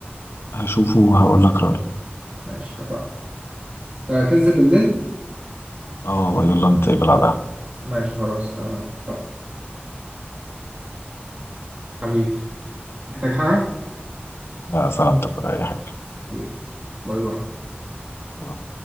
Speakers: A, on the left; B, on the right.
A: هشوفه وهقول لك رأيي
B: ماشي اتفقنا انت هتنزل بالليل
A: اه يلا نتقابل على القهوة.
B: ماشي خلاص تمام اتفقنا حبيبي محتاج حاجة
A: لا سلامتك ولا أي
B: حبيبي باي باي
A: حاجة